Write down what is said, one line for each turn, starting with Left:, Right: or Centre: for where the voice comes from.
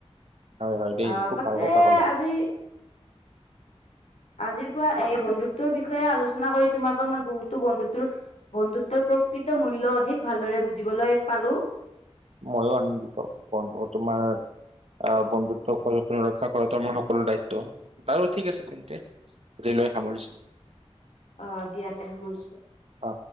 Right: হয় হয় দেই
Left: আহ
Right: খুব
Left: পাছে
Right: ভাল কথা ক'লা
Left: আজি আজিৰ পৰা এই বন্ধুত্বৰ বিষয়ে আলোচনা কৰি তোমাৰ পৰা মই বহুতো বন্ধুত্বৰ বন্ধুত্বৰ প্ৰকৃত মূল্য অধিক ভালদৰে বুজিবলৈ পালো।
Right: ময়ো আনন্দিত, <unintelligible> তোমাৰ। আহ বন্ধুত্ব সচেতন ৰক্ষা কৰাটো আমাৰ সকলোৰে দায়িত্ব। বাৰু ঠিক আছে তেন্ত। আজিলৈ সামৰিছো।
Left: অ দিয়া তে সামৰিছো।
Right: অ।